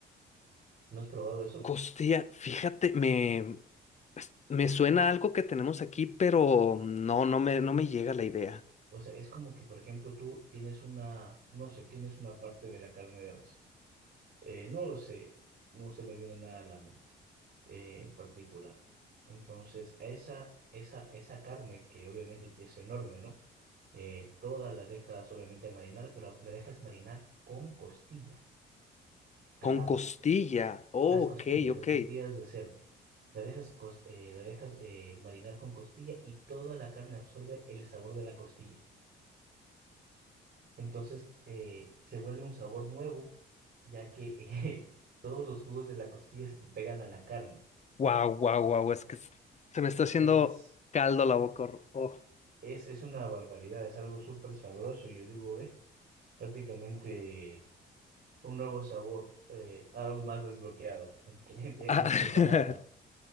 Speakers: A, on the right; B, on the left.
A: ¿No has probado eso?
B: Costilla, fíjate, me, me suena algo que tenemos aquí, pero no, no me, no me llega la idea.
A: O sea, es como que, por ejemplo, tú tienes una, no sé, tienes una parte de la carne de res. Eh, no lo sé, no se me viene nada a la mente eh, en particular. Entonces, esa, esa, esa carne que obviamente es enorme, ¿no? Eh, toda la dejas obviamente marinar, pero la dejas marinar con costilla al
B: Con
A: lado.
B: costilla. Oh,
A: Las costillas,
B: ok, ok.
A: las costillas de cerdo. La dejas, cos- eh, la dejas eh, marinar con costilla y toda la carne absorbe el sabor de la costilla. Entonces eh, se vuelve un sabor nuevo, ya que <laughs> eh, todos los jugos de la costilla se te pegan a la carne.
B: Wow, wow, wow. Es que s- se me está haciendo
A: Es,
B: caldo la boca. hor- oh.
A: es, es una barbaridad, es algo súper sabroso. Yo digo, ve, prácticamente un nuevo sabor, eh, algo más desbloqueado en, <laughs> en-
B: Ah,
A: en tu
B: <laughs>
A: paladar.